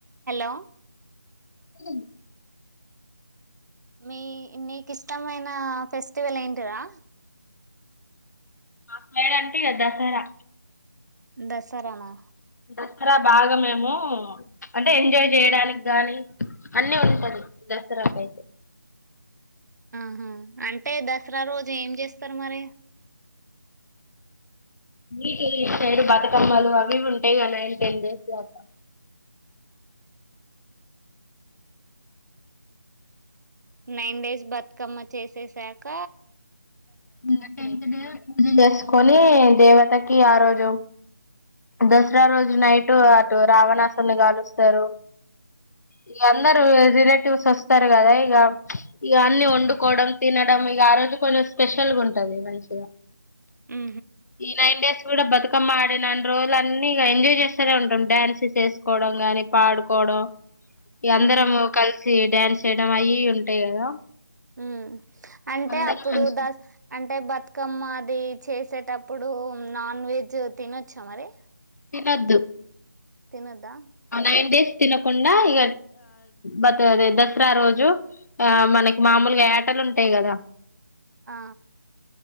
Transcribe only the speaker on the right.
హలో
మీ నీకు ఇష్టమైన ఫెస్టివల్ ఏంటిరా?
దసరానా?
ఆహా అంటే దసరా రోజు ఏం చేస్తారు మరి!?
నైన్ డేస్ బతుకమ్మ చేసే సాక
ఆ
ఉహు
ఉ అంటే
అప్పుడు
దస్ అం అంటే బతుకమ్మ అది చేసేటప్పుడు నాన్ వెజ్ తినొచ్చా మరి?
తినోద్దా!?
ఆ